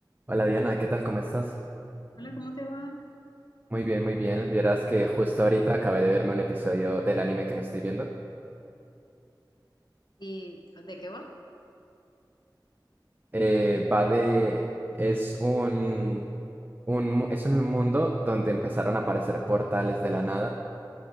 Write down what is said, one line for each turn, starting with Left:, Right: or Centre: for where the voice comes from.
Right: Hola Diana, ¿qué tal? ¿Cómo estás?
Left: Hola, ¿cómo te va?
Right: Muy bien, muy bien. Vieras que justo ahorita acabé de verme un episodio del anime que me estoy viendo.
Left: ¿Y de qué va?
Right: Eh, va de... Es un, un... mu- Es en un mundo donde empezaron a aparecer portales de la nada